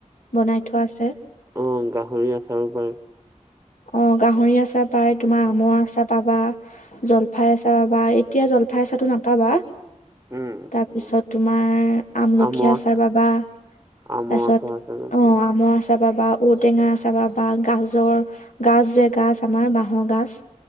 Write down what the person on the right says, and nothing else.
অঁ গাহৰি আচাৰো পায়।
উম,
উম,
আমৰ
আচ-
আমৰ
আচাৰ চাগে
উম,